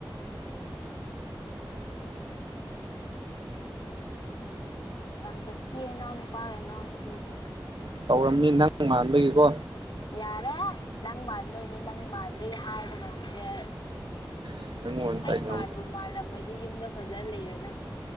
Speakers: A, on the left; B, on the right.
A: ꯌꯥꯝ ꯖꯊꯤꯌꯦ ꯏꯅꯥꯎꯅꯨꯄꯥꯒ ꯏꯅꯥꯎꯅꯨꯄꯤꯁꯦ
B: ꯇꯧꯔꯝꯃꯤ ꯅꯪ ꯃꯥꯟꯕꯒꯤꯀꯣ
A: ꯌꯥꯔꯦ ꯅꯪ ꯃꯥꯟꯕꯩꯅꯤ ꯅꯪ ꯃꯥꯟꯕꯩ ꯍꯥꯏꯕ ꯉꯝꯗ꯭ꯔꯦ
B: ꯑꯩꯉꯣꯟ
A: ꯑꯩ
B: ꯇꯥꯏꯅꯕꯁꯦ
A: ꯃꯥꯟꯕꯨ ꯃꯥꯜꯂꯝꯃꯗꯤ ꯌꯨꯝꯗ ꯐꯖꯅ ꯂꯩꯔꯗꯕꯅꯤ